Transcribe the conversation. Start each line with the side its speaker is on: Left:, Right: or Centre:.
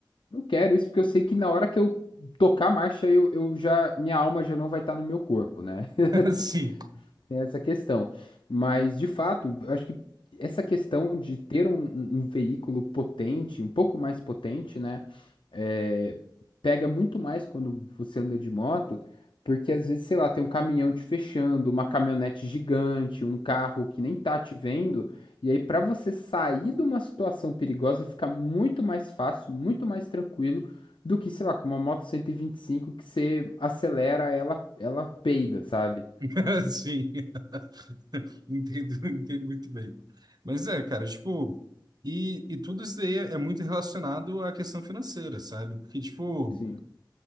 Left: não quero isso porque eu sei que na hora que eu tocar a marcha, eu, eu já, minha alma já não vai estar no meu corpo, né? <laughs>
Right: <laughs> Sim.
Left: Tem essa questão. Mas, de fato, eu acho que essa questão de ter um, um- um veículo potente, um pouco mais potente, né? é, pega muito mais quando você anda de moto, porque às vezes, sei lá, tem um caminhão te fechando, uma caminhonete gigante, um carro que nem tá te vendo. E aí, para você sair de uma situação perigosa, fica muito mais fácil, muito mais tranquilo do que, sei lá, com uma moto cento e e vinte e cinco que você acelera, ela, ela peida, sabe?
Right: <laughs> Sim. <laughs> Entendo, entendo muito bem. Mas é, cara, tipo, e, e tudo isso daí é é muito relacionado à questão financeira, sabe? Porque, tipo,
Left: Sim,